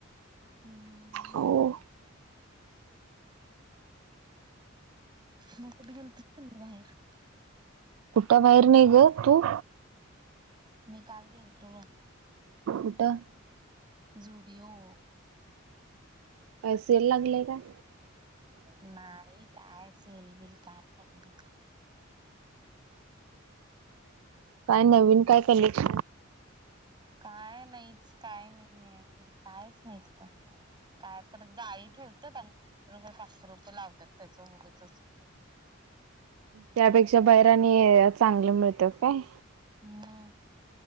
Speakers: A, on the right; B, on the right.
A: हम्म हम्म हम्म हम्म.
B: हो
A: मग कुट गेलतीस का नाई बाहेर?
B: कुठ बाहीर नाही ग, तू?
A: मी काल गेलतो ब
B: कुठं
A: जूडीओ.
B: काय सेल लागलय काय?
A: नाई काय सेलबिल काय <unintelligible>
B: काय नवीन काय कलेच
A: काय नाईच, काय नाहीये ग, कायच नाहीच. त काय तर जाळी ठेवत्यात आणि रुपये पाचशे रुपये लावत्यात त्याचं उगचच.
B: त्यापेक्षा बहिर आणि चांगलं मिळतं काय?
A: म